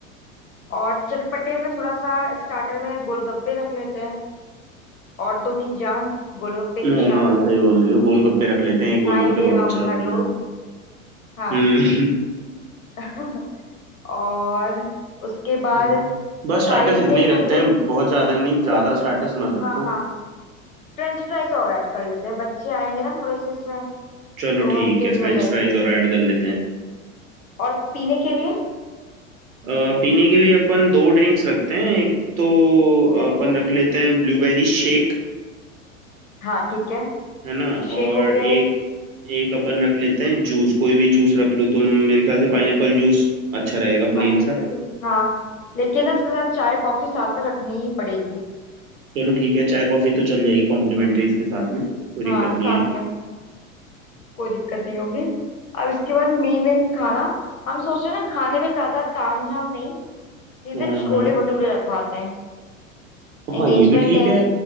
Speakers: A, on the left (about 80°); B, on the right (about 80°).
A: और चटपटे में थोड़ा सा स्टार्टर में गोलगप्पे रख लेते हैं औरतों की जान गोलगप्पे
B: हाँ
A: की शान
B: सही बोल रही हो गोलगप्पे रख लेते हैं एक गोलगप्पे
A: खाएंगे
B: बहुत
A: हम
B: अच्छा ऑप्शन
A: हर रोज
B: है
A: हाँ
B: हम्म
A: <laughs> और उसके बाद
B: और बस स्टार्टर्स
A: साइड
B: इतने
A: में एक
B: ही रखते
A: रख ले
B: हैं बहुत ज्यादा नहीं ज्यादा
A: एक
B: स्टार्टर्स मत रखो
A: हाँ हाँ फ्रेंच फ्राइज और ऐड कर लेते हैं बच्चे आएंगे ना थोड़े से इसमें
B: चलो
A: तो
B: ठीक
A: उनके
B: है
A: लिए
B: फ्रेंच
A: हो जाएंगे
B: फ्राइज और ऐड कर लेते हैं
A: और पीने के लिए
B: अ, पीने के लिए अपन दो ड्रिंक्स रखते हैं एक तो
A: जैसे
B: अ, अपन रख लेते हैं ब्लूबेरी शेक
A: हाँ ठीक है
B: है ना
A: शेक
B: और
A: हो गया
B: एक
A: एक
B: एक अपन रख लेते हैं जूस कोई भी जूस रख लो तुम मेरे ख्याल से पाइनएप्पल जूस अच्छा रहेगा
A: पाइनएप्पल
B: प्लेन सा
A: जूस हाँ लेकिन ना इसके साथ चाय कॉफी साथ में रखनी ही पड़ेगी
B: चलो ठीक है चाय कॉफी तो चल जाएगी कॉम्प्लीमेंट्री इसके साथ में कोई दिक्कत
A: हाँ साथ
B: नहीं है
A: में कोई दिक्कत नहीं होगी अब इसके बाद मेन मेन खाना हम सोच रहे हैं ना खाने में ज्यादा तामझाम नहीं सीधे
B: हाँ
A: छोले
B: हाँ
A: भटूरे रखवाते हैं
B: हाँ
A: एंगेजमेंट
B: ये भी ठीक
A: है
B: है